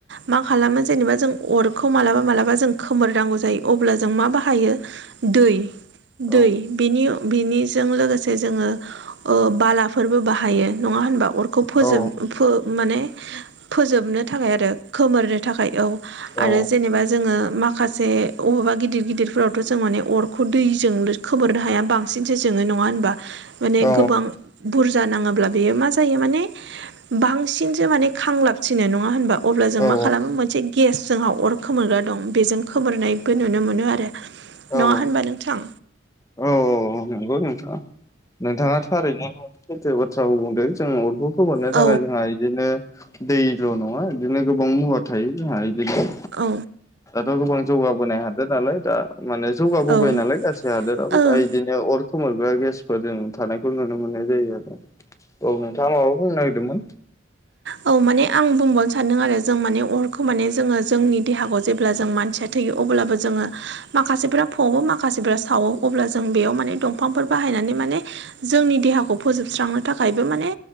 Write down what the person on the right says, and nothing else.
मा खालामो जेनेबा जों अरखौ मालाबा मालाबा जों खोमोरनांगौ जायो अब्ला जों मा बाहायो। दै
दै। बिनि बिनिजों लोगोसे जोङो ओ बालाफोरबो बाहायो नङा होनबा? अरखौ फोजोब
माने फोजोबनो थाखाय आरो खोमोरनो थाखाय औ। आरो
जेनेबा जोङो माखासे मा माखासे बबेबा गिदिर गिदिरफोरावथ' जों माने अरखौ दैजों खोमोरनो हाया बां सिनसो जोङो नङा होनबा माने
गोबां बुरजा नाङा अब्ला बेयो मा जायो माने बांसिनसो माने खांलाबसिनो नङा होनबा? अब्ला जों
मा खालामो मोनसे गि गेस जोंहा अर खोमोरग्रा दं बेजों खोमोरनायबो नुनो मोनो आरो
नङा
होनबा नोंथां?
औ
औ।
औ
ओ
औ माने आं बुंबावनो सानदों आरो जों माने अरखौ माने जोङो जोंनि देहाखौ जेब्ला जों मानसिया थैयो अब्लाबो जोङो माखासेफ्रा फोबो माखासेफ्रा सावो अब्ला जों बेयाव माने दंफांफोर बाहायनानै माने जोंनि देहाखौ फोजोबस्रांनो थाखायबो माने